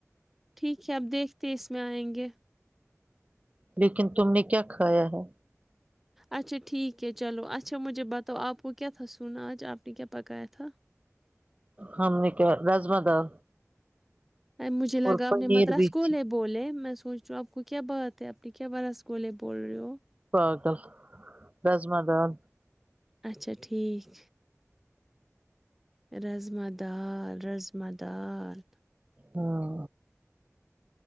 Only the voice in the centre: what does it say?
ٹھیک ہے اب دیکھتے اس میں آئیں گے
اچھا ٹھیک ہے چلو اچھا مجھے بتاؤ آپ کو کیا تھا سنا آج آپ نے کیا پکایا تھا
مجھے لگا
اپ نے مدراس
کولے
بولے میں سوچ رہا ہوں آپ کو کیا بات ہے آپ کے کیا برث بولے بول رہے ہو
اچھا ٹھیک رضما دال رضما دال